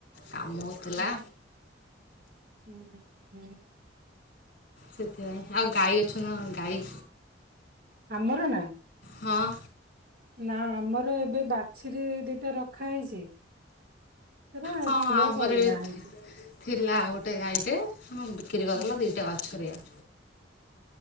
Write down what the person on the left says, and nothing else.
କାମ ହଉଥିଲା।
ସେଥିପାଇଁ ଆଉ ଗାଈ ଅଛ ନା ଗାଈ
ହଁ।
ହଁ
ଆମର
ବି ଥିଲା ଗୋଟେ ଗାଈଟେ। ହଁ ବିକ୍ରି କରିଦଲା
ଦିଇଟା
ବାଛୁରୀଆ